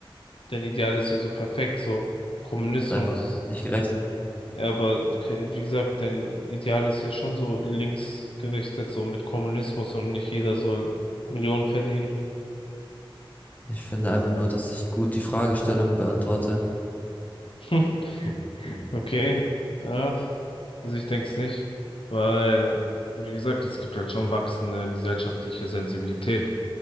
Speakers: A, on the left; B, on the left.
A: dein Ideal ist ja so perfekt, so Kommunismus.
B: einfach nicht gerecht.
A: Ja, aber ke- wie gesagt, dein Ideal ist ja schon so links gerichtet, so mit Kommunismus und nicht jeder soll Millionen verdienen.
B: Ich finde einfach nur, dass ich gut die Fragestellung beantworte.
A: <laughs> Okay, ja, also ich denke es nicht, weil, wie gesagt, es gibt halt schon wachsende gesellschaftliche Sensibilität.